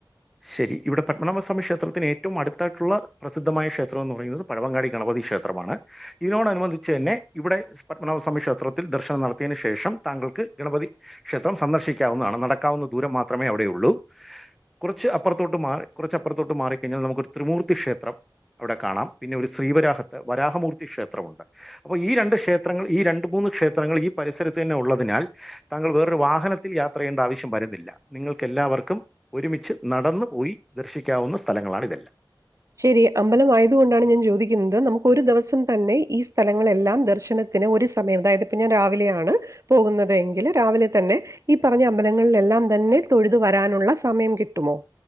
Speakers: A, in the centre; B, on the right (about 40°).
A: ശരി ഇവിടെ പത്മനാഭസ്വാമി ക്ഷേത്രത്തിന് ഏറ്റവും അടുത്തായിട്ടുള്ള പ്രസിദ്ധമായ ക്ഷേത്രം എന്ന് പറയുന്നത് പഴവങ്ങാടി ഗണപ ക്ഷേത്രമാണ് ഇതിനോടനുബന്ധിച്ച് തന്നെ ഇവിടെ പത്മനഭസ്വാമി ക്ഷേത്രത്തിൽ ദർശനം നടത്തിയതിനു ശേഷം ത തങ്കൾക്ക് ഗണപതി ക്ഷേത്രം സന്ദർശിക്കാവുന്നതാണ് നടക്കാവുന്ന ദൂരം മാത്രമേ അവിടെയുള്ളൂ കുറച്ച് അപ്പറോത്തോട്ട് മാറി കുറച്ച് അപ്പറോത്തോട്ട് മാറിക്കഴിഞ്ഞാൽ നമുക്കൊരു രുത്രിമൂർത്തി ക്ഷേത്രം അവിടെ കാണാം പിന്നെ ഒരു ശ്രീവരാഹത്ത് വരാഹമൂർത്തി ക്ഷേത്രമുണ്ട് അപ്പൊ ഈ രണ്ട് ക്ഷേത്രങ്ങൾ ഈ രണ്ട് മൂന്ന് ക്ഷേത്രങ്ങൾ ഈ പരിസരത്ത് തന്നെ ഉള്ളതിനാൽ താങ്കൾ വേറൊരു വാഹനത്തിൽ യാത്ര ചെയ്യേണ്ട ആവശ്യം വരുന്നില്ല നിങ്ങൾക്ക് എല്ലാവർക്കും ഒരുമിച്ച് നടന്നു പോയി ദർശിക്കാവുന്ന സ്ഥലങ്ങളാണ് ഇതെല്ലാം
B: ശരി അമ്പലം ആയതു കൊണ്ടാണ് ഞാൻ ചോദി ക്കിന്ത് നമുക്കൊരു ദിവസം തന്നെ ഈ സ്ഥലങ്ങളെല്ലാം ദർശനത്തിന് ഒരു സമയം അതായത് ദാ ഇതിപ്പം ഞാൻ രാവിലെയാണ് പോകുന്നതെങ്കില് രാവിലെ തന്നെ ഈ പറഞ്ഞ അമ്പലങ്ങളിലെല്ലാം തന്നെ തൊഴുതു വരാനുള്ള സമയം കിട്ടുമോ